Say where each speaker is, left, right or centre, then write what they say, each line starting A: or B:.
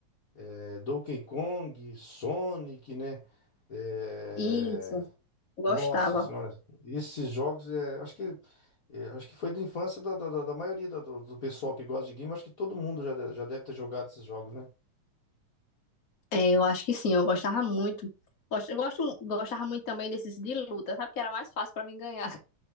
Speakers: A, on the left (about 55°); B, on the left (about 35°).
A: é, Donkey Kong, Sonic, né? É,
B: isso, gostava.
A: nossa senhora, esses jogos é, acho que é, acho que foi da infância da, da, da- da maioria da- do, do pessoal que gosta de game, acho que todo mundo já, de- já deve ter jogado esses jogos, né?
B: É, eu acho que sim, eu gostava muito. Gosto, eu gosto, gostava muito também desses de luta, sabe? Que era mais fácil pra mim ganhar.